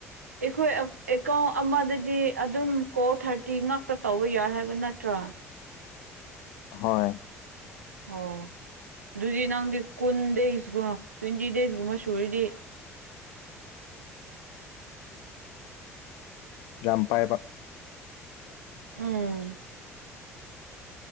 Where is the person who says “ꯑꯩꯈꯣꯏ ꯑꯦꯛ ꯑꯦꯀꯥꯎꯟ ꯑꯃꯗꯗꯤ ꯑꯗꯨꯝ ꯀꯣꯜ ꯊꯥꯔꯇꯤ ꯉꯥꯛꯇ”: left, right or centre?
Right